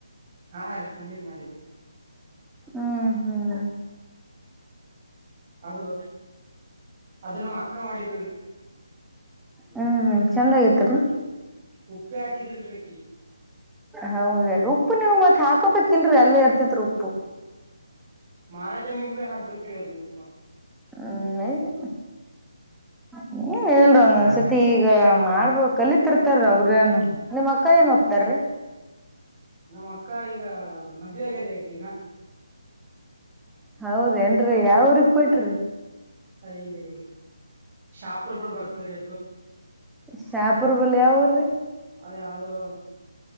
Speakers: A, on the right; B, in the centre.
A: ಹಾ ರೀ ಪನ್ನೀರ್ ಮಾಡಿದ್ದೇರಿ.
B: ಹ್ಮ್ ಹ್ಮ್.
A: ಅದು ಅದು ನಮ್ಮ್ ಅಕ್ಕ ಮಾಡಿದ.
B: ಹ್ಮ್ ಹ್ಮ್ ಚಂದಗಿತ್ರಿ
A: ಉಪ್ಪಿ ಹಾಕಿದಿಲ್ರೀ ಅಕಿ
B: ಹೌದೇ ಉಪ್ಪು ನೀವು ಮತ್ ಹಾಕೋಬೇಕಕ ಲ್ರರಿ ಅಲ್ಲ ಇರ್ತಿತ್ ಉಪ್ಪು
A: ಮಾರಾ ಟೈಮಿಗೆ ಭ ಹಾಕ್ಬೇಕ್ರೀ ಅದು ಉಪರ
B: ಹ್ಮ್ ನ್ ಹೇಳರ ಒಂದ ಸತಿ ಈಗ ಮಾಡ್ಬೋು ಕಲಿತಿರ್ತಾರ ಅವ್ರೇಏನು ನಿಮ್ ಅಕ್ಕ ಏನು ತರ
A: ನಮ್ಮ್ ಅಕ್ಕ ಈಗ ಮದ್ವೆ ಆಗಾದ್ರಿ ಅಕಿಗ
B: ಹೌದ ಯಾವ್ರ ಕೊಟ್ರಿ
A: ಅ ಇಲ್ಲಿ ಶಾಪರ್ಗಳುಳ ಬರ್ತದ್ರೀ ಅದು.
B: ಶ್ಯಪುರ್ ಬಲ್ ಯಾವ ಊರ್ರೀ
A: ಅದ ಯಾವ್ದೋ